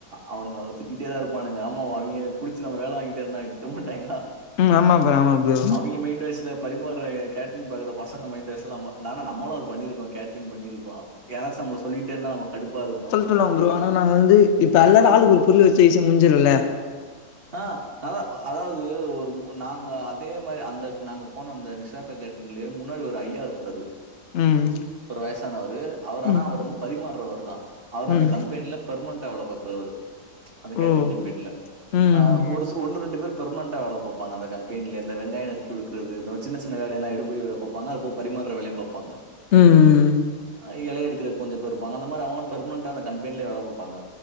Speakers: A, on the right; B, on the left.
A: அவனுங்க அவள திட்டிட்டேதா இருப்பானுங்க அம் மோ அவிங்க புடிச்சி நம்ம வேல வாங்கிட்டே இருந்தா திட்ட மாட்டாய்ங்களா
B: ம் ஆமா ப்ரோ ஆமா ப்ரோ
A: அவிங்க மைண்ட் வாய்ஸ்ல பரிம் பாறாங்க கேட்ரிங் பாக்கற பசங்க மைண்ட் வாய்ஸ்லாமோ நாநா நம்மலு அது பண்ணிருக்கோ கேட்டரிங் பண்ணிருக்கோ யாராசு நம்மள சொல்லிட்டேந்தா நம்ம கடுப்பா இருக்கோ
B: சொல்லுவாங் ப்ரோ ஆனா நாங்க வந்து இப்ப அல்லல் ஆளுக்கு ஒரு புள் வெச் சைசு முஞ்சிருல
A: ஆ நல்லா அதாவ்து ஒரு மூ நாங்க அதே மாரி அந்தக் நாங்க பு போனு அந்த நிஷாக்கா கேட்ரிங்லே முன்னாடி ஒரு ஐயா இருப்பாரு
B: ம்
A: ஒரு வயசானவரு அவர் ஆனா
B: ம்
A: அவர் வந்து பரிமார்ரவரு தா அவர்
B: ம்
A: அந்த கம்பெனில பெர்மனன்ட்டா வேல பாக்றவரு அந்த கேட்ரிங்
B: ஓ
A: கம்பென்ல
B: ம்
A: ஆ ஒருஸ் சோ ஒன்னு ரெண்டு பேர் பெர்மெணண்ட்டா வேல பாப்பாங்க அந்த கம்பெனில இந்த வெங்காயு நறுக்கி குடுக்றது இந்த மாரி சின்ன சின்ன வேலையல்லா எடுபுடி வேல பொப் வாங்க அப்போ பரிமாற வேலையு பாப்பாங்க
B: ம் ம்
A: ஐ எல எடுக்ற கொஞ்ச பேர் ருப்பாங்க அந்த மாரி அவ்வளம் பெர்மனன்ட்டான கம்பென்லே வேல பாப்பாங்க